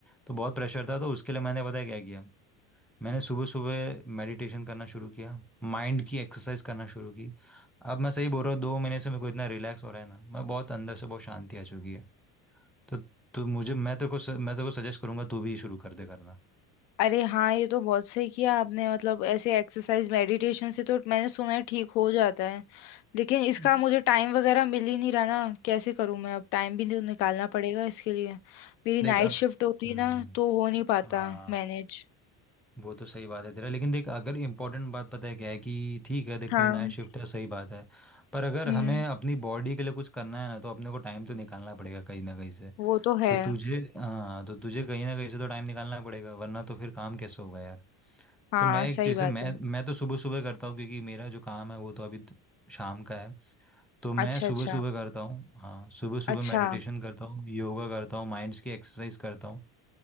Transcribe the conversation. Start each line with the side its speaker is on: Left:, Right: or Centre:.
Centre: तो बहुत प्रेशर था तो उसके लिए मैंने पता है क्या किया मैंने सुबह सुबह मेडिटेशन करना शुरू किया माइंड की एक्सरसाइज करना शुरू की अब मैं सही बोल रहा हूँ दो महीने से मेरे को इतना रिलैक्स हो रहा है ना मैं बहुत अंदर से बहुत शांति आ चुकी है तो तो मुझे मैं तेरे को स- मैं तेरे को सजेस्ट करूंगा तू भी शुरू कर दे करना
Left: अरे हाँ ये तो बहुत सही किया आपने मतलब ऐसे एक्सरसाइज मेडिटेशन से तो मैंने सुना है ठीक हो जाता है लेकिन इसका
Centre: हम्म
Left: मुझे टाइम वगैरह मिल ही नहीं रहा ना कैसे करूँ मैं अब टाइम भी तो निकालना पड़ेगा इसके लिए मेरी
Centre: देख
Left: नाइट
Centre: अब
Left: शिफ्ट होती
Centre: हम्म
Left: ना तो हो नहीं पाता
Centre: हाँ
Left: मैनेज
Centre: वो तो सही बात है तेरा लेकिन देख अगर इम्पोर्टेंट बात पता है क्या है कि ठीक है देख
Left: हाँ
Centre: तेरी नाइट शिफ्ट है सही बात है पर अगर
Left: हम्म
Centre: हमें अपनी बॉडी के लिए कुछ करना है ना तो अपने को टाइम तो निकालना पड़ेगा कहीं ना कहीं से
Left: वो तो है
Centre: तो तुझे हाँ तो तुझे कहीं ना कहीं से तो टाइम निकालना पड़ेगा वरना तो फिर काम कैसे होगा यार
Left: हाँ
Centre: तो मैं
Left: सही
Centre: एक चीज़
Left: बात
Centre: से मैं
Left: है
Centre: मैं तो सुबह सुबह करता हूँ क्योंकि मेरा जो काम है वो तो अभी त- शाम का है तो मैं
Left: अच्छा
Centre: सुबह
Left: अच्छा
Centre: सुबह करता हूँ हाँ सुबह सुबह
Left: अच्छा
Centre: मेडिटेशन करता हूँ योगा करता हूँ माइंड्स की एक्सरसाइज करता हूँ